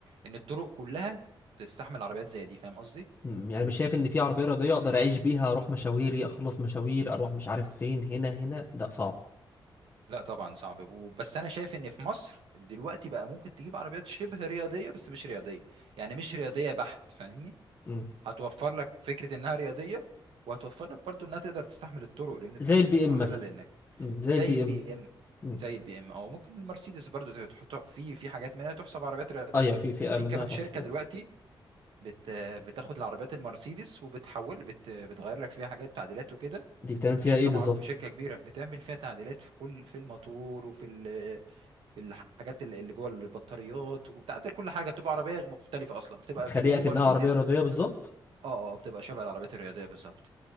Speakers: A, on the right; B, on the left.
A: إن الطرق كلها تستحمل عربيات زي دي فاهم قصدي؟
B: مم. يعني مش شايف ان في عربية رياضية اقدر اعيش بيها اروح مشاويري اخلص مشاوير اروح مش عارف فين هنا هنا لا صعب
A: لا طبعا صعب و- بس انا شايف ان في مصر دلوقتي بقى ممكن تجيب عربيات شبه رياضيه بس مش رياضيه يعني مش رياضيه بحت فاهمني
B: مم.
A: هتوفر لك فكره انها رياضيه وهتوفر لك برضو انها تقدر تستحمل الطرق لان الطرق
B: زي البي
A: مش مؤهله
B: ام مثلا
A: لانك
B: مم. زي
A: زي
B: البي
A: البي
B: ام
A: ام
B: مم.
A: زي البي ام او ممكن المرسيدس برضو تحط في في حاجات منها تحسب عربيات رياضيه
B: ايوه في فئة
A: وفي
B: منها
A: كمان
B: تعصب
A: شركه
B: رياضة.
A: دلوقتي بت بتاخد العربيات المرسيدس وبتحول بت بتغير لك فيها حاجات تعديلات وكده
B: دي بتعمل فيها
A: وشركه
B: ايه بالظبط
A: معروفه شركه كبيره بتعمل فيها تعديلات في كل في الموتور وفي ال- في الحاجات اللي اللي جوه البطاريات وبتعدل كل حاجه بتبقى عربيه مختلفه اصلا بتبقى
B: بتخليها
A: في لوجو
B: كأنها
A: مرسيدس
B: عربية رياضية بالظبط
A: اه اه بتبقى شبه العربيات الرياضيه بالظبط